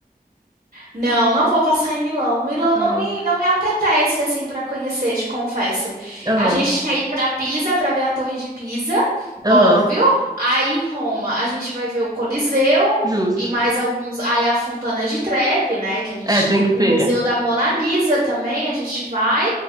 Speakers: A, on the right; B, on the right.
A: Não, não vou passar em Milão. Milão
B: Não.
A: não me, não me apetece assim para conhecer, te confesso.
B: Aham,
A: A gente quer ir para Pisa para ver a Torre de Pisa,
B: aham,
A: óbvio. Aí em Roma a gente vai ver o Coliseu
B: justo.
A: e mais alguns. Aí a Fontana de Trevi, né? Que a gente,
B: É, tem que
A: o
B: ter.
A: Museu da Mona Lisa também a gente vai.